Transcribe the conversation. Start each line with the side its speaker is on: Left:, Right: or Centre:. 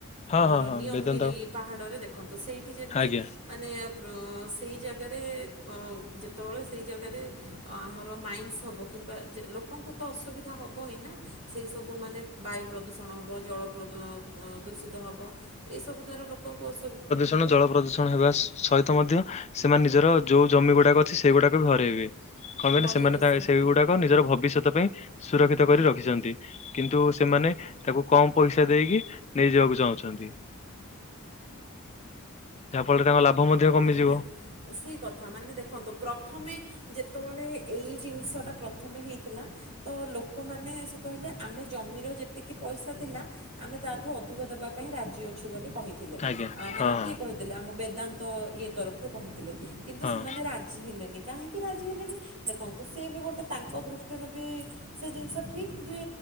Left: ହଁ
Right: ଆମର
Left: ହଁ ହଁ
Right: ନିୟମଗିରି
Left: ବେଦାନ୍ତ
Right: ପାହାଡରେ ଦେଖନ୍ତୁ ସେଇଠି ଯେମତି
Left: ଆଜ୍ଞା
Right: ମାନେ ଆପରୁ ସେଇ ଜାଗାରେ ଅ ଯେତେବେଳେ ସେଇ ଜାଗାରେ ଅ ଆମର ମାଇନ୍ସ ହବ କିମ୍ବା ଯେ ଲୋକଙ୍କୁ ତ ଅସୁବିଧା ହବ ହିଁ ନା ସେଇସବୁ ମାନେ ବାୟୁ ପ୍ରଦୂଷଣ ହବ ଜଳ ପ୍ରଦୂ ଉଁ ଉଁ ଦୂଷିତ ହେବ ଏସବୁ ଦ୍ୱାରା ଲୋକଙ୍କୁ ଅସୁବି
Left: ତେଣୁ ଜଳ ପ୍ରଦୂଷଣ ହେବା ସ ସହିତ ମଧ୍ୟ ସେମାନେ ନିଜର ଯଉ ଜମି ଗୁଡ଼ାକ ଅଛି ସେଇଗୁଡ଼ାକ ବି ହରେଇବେ। କଣ
Right: ହରେଇ
Left: କହିଲେ ସେମାନେ
Right: ବସିବେ
Left: ତା ସେଇଗୁଡାକ ନିଜର ଭବିଷ୍ୟତ ପାଇଁ ସୁରକ୍ଷିତ କରି ରଖିଛନ୍ତି। କିନ୍ତୁ ସେମାନେ ତାକୁ କମ ପଇସା ଦେଇକି ନେଇଯିବାକୁ ଚାହୁଁଛନ୍ତି। ଯାହାଫଳରେ ତାଙ୍କ ଲାଭ ମଧ୍ୟ
Right: ହଁ
Left: କମିଯିବ।
Right: ନିହାତି ସେଇ କଥା ମାନେ ଦେଖନ୍ତୁ ପ୍ରଥମେ ଯେତେବେଳେ ଏଇ ଜିନିଷଟା ପ୍ରଥମେ ହେଇଥିଲା ତ ଲୋକମାନେ ସେ କହିଲେ ଆମେ ଜମିର ଯେତିକି ପଇସା ଥିଲା ଆମେ ତାଠୁ ଅଧିକ ଦେବା ପାଇଁ ରାଜି ଅଛୁ ବୋଲି କହିଦେ ଥିଲେ
Left: ଆଜ୍ଞା
Right: ମାନେ
Left: ହଁ
Right: କିଏ
Left: ହଁ
Right: କହିଥିଲେ ଆମ ବେଦାନ୍ତ ଇଏ ତରଫରୁ କହିଥିଲେ କିନ୍ତୁ
Left: ହଁ
Right: ସେମାନେ ରା ରାଜି ହେଲେନି କାହିଁକି ରାଜି ହେଲେନି? ଦେଖନ୍ତୁ ସିଏ ବି ଗୋଟେ ତାଙ୍କ ଦୃଷ୍ଟିରୁ ବି ସେ ଜିନିଷ ଠିକ ଯେ